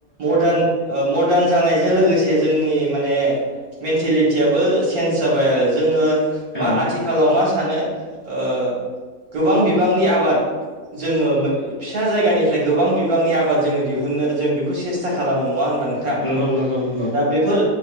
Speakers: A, on the right; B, on the left.
A: मदार्न। ओ मदार्न जानायजों लोगोसे जोंनि माने मेन्टेलिटियाबो चेन्ज जाबाय आरो जोङो मा
B: औ
A: आथिखालाव मा सानो? ओ। गोबां बिबांनि आबाद जोङो फिसा जायगानिफ्राय गोबां बि बांनि आबाद जोङो दिहुननो जों बेखौ सेस्था खालामो नङा होनबा नोंथां?
B: नंगौ नंगौ नंगौ
A: दा बेफोर